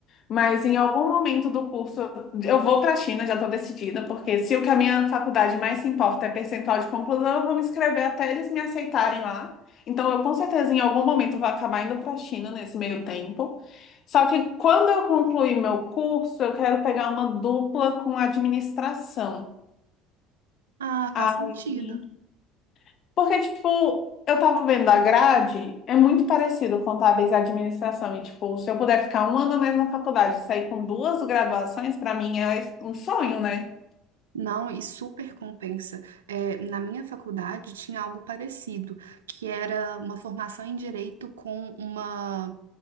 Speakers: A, on the left (about 45°); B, on the right (about 75°).
A: mas em algum momento do curso eu vou para a China, já estou decidida, porque se o que a minha faculdade mais se importa é percentual de conclusão, eu vou me inscrever até eles me aceitarem lá. Então, eu com certeza em algum momento vou acabar indo para a China nesse meio tempo. Só que quando eu concluir meu curso, eu quero pegar uma dupla com administração.
B: Ah,
A: Aí.
B: faz sentido.
A: Porque, tipo, eu tava vendo a grade, é muito parecido contábeis e administração. E, tipo, se eu puder ficar um ano a mais na faculdade e sair com duas graduações, pra mim é um sonho, né?
B: Não, e super compensa. É, na minha faculdade tinha algo parecido, que era uma formação em direito com uma